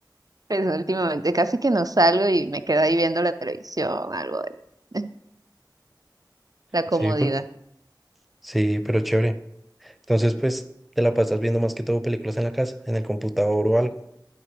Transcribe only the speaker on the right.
pero últimamente casi que no salgo y me quedo ahí viendo la televisión, algo de <laughs> la comodidad.